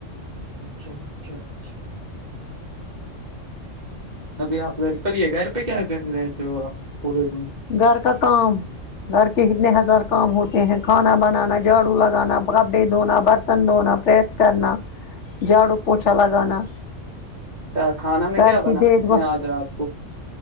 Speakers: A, on the right (about 35°); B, on the left (about 65°).
A: اچھا اچھا اچھا ابھی آپ گھر پر ہی گھر پہ کیا کر رہےرہتے ہو آپ پورے دن
B: گھر کا کام گھر کے اتنے ہزار کام ہوتے ہیں کھانا بنانا جھاڑو لگانا کپڑے دھونا برت تن دھونا پریس کرنا جھاڑو پونچھا لگانا
A: کیا کھانا میں
B: گھر
A: کیا
B: کی
A: بنایا
B: دیکھ
A: آپ
B: بھ
A: نے آج رات کو